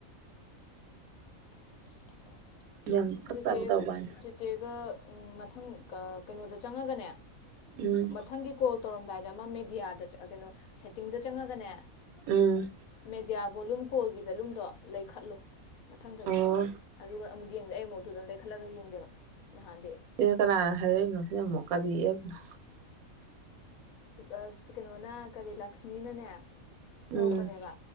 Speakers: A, on the left; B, on the right.
A: <unintelligible>
B: ꯌꯥꯝ ꯇꯞꯇꯥꯞ ꯇꯧꯕꯅꯤ
A: ꯆꯦꯒ ꯃꯊꯪ ꯀꯩꯅꯣꯗ ꯆꯪꯉꯒꯅꯦ
B: ꯎꯝ
A: ꯃꯊꯪꯒꯤ ꯀꯣꯜ ꯇꯧꯔꯝꯗꯥꯏꯗ ꯑꯃ ꯃꯦꯗꯤꯌꯥꯗ ꯀꯩꯅꯣ ꯁꯦꯠꯇꯤꯡꯗ ꯆꯪꯉꯒꯅꯦ
B: ꯎꯝ
A: ꯃꯦꯗꯤꯌꯥ ꯚꯣꯂꯨꯝ ꯀꯣꯜꯒꯤ ꯚꯦꯂꯨꯝꯗꯣ ꯂꯩꯈꯠꯂꯣ ꯃꯊꯪꯗꯗꯤ
B: ꯑꯣ
A: ꯑꯗꯨꯒ ꯑꯃꯨꯛ ꯌꯦꯡꯗꯦ ꯑꯩ ꯑꯃꯨꯗꯨꯨ ꯑꯗꯨꯝ ꯂꯩꯈꯠꯂꯒ ꯌꯦꯡꯒꯦꯕ ꯅꯍꯥꯟꯗꯤ
B: ꯁꯤꯅ ꯀꯅꯥꯅ ꯍꯥꯏꯔꯛꯏꯅꯣ ꯁꯤꯅ ꯑꯃꯨꯛ ꯀꯔꯤ ꯑꯦꯞꯅꯣ
A: ꯑꯁ ꯀꯩꯅꯣꯅ ꯀꯔꯤ ꯂꯛꯁꯃꯤꯅꯅꯦ
B: ꯎꯝ
A: ꯇꯧꯔꯛꯄꯅꯦꯕ